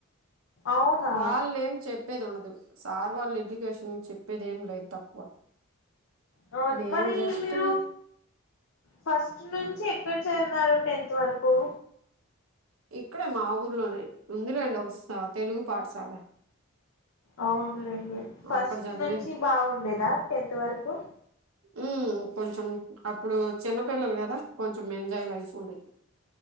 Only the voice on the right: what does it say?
వాళ్ళ ఏం చెప్ చెప్పేది ఉండదు సార్ వాళ్ళు ఎడ్యుకేషన్ చెప్పేదేం లేదు తక్కువ
మేము
జస్ట్
ఇక్కడే మా ఊర్లోనే ఉందిలేండి స్ ఒక తెలుగు పాఠశాల
అక్కడ చదివా
ఉ కొంచెం అప్పుడు చిన్నపిల్లలు కదా కొంచెం ఎంజాయ్ లైఫ్ ఉంది